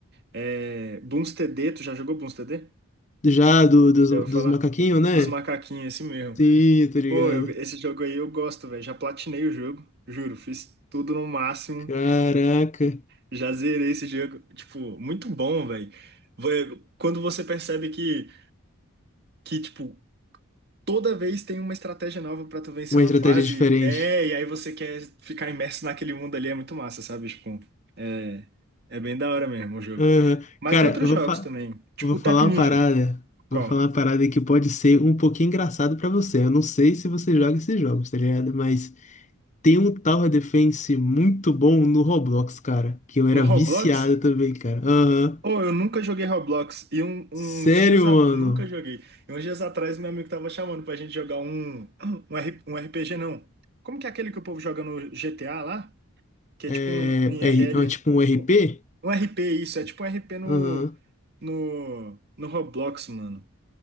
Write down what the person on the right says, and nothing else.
é... Bloons TD, tu já jogou Bloons TD?
Já vou falar
dos macaquinhos, esse mesmo.
Pô, eu- esse jogo aí eu gosto, velho. Já platinei o jogo, juro. Fiz tudo no máximo.
Já zerei esse jogo. Tipo, muito bom, velho. Vai- Quando você percebe que que, tipo, toda vez tem uma estratégia nova pra tu vencer
uma
fase.
É, e aí você quer ficar imerso naquele mundo ali, é muito massa, sabe? Tipo, é, é bem da hora mesmo o jogo.
Mas
tem outros
jogos
também, tipo
o Tap Ninja.
Qual?
No
Roblox?
Pô, eu nunca joguei Roblox. E um- uns
dias a...
nunca joguei. E uns dias atrás meu amigo tava chamando pra gente jogar um, um, R- um RPG, não. Como que é aquele que o povo joga no GTA lá? Que
é tipo um IRL.
Um RP, isso. É tipo um RP no,
no, no Roblox, mano.